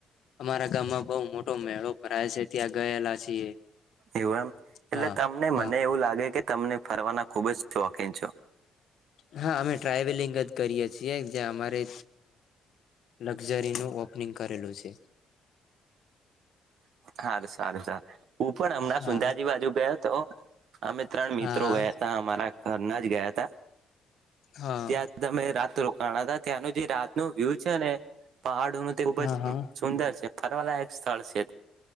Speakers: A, on the left; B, on the right.
A: અમારા ગામમાં બઉ મોટો મેળો ભરાય છે ત્યાં ગયેલા છીએ
B: એવું એમ એટલે
A: હા
B: તમને
A: હા
B: મને એવું લાગે કે તમને ફરવાના ખુબ જ શોખીન છો
A: હા અમે ટ્રાવેલિંગ જ કરીએ છીએ જે અમારે લક્ઝરીનું ઓપનિંગ કરેલું છે
B: હાર સારું સાર હું પણ હમણાં
A: હા
B: સુંંધાજી બાજુ ગયો હતો અમે ત્રણ મિત્રો
A: હા
B: ગયા ત અમારા ઘરના જ ગયા હતા
A: હા
B: ત્યાં તમે રાત કણ ત્યાંનું જે રાત ન વ્યુ છે ને પહાડો ન તે ખુબ
A: હા
B: જ
A: હા
B: સુંદર છે ફરવાલા એક સ્થળ છે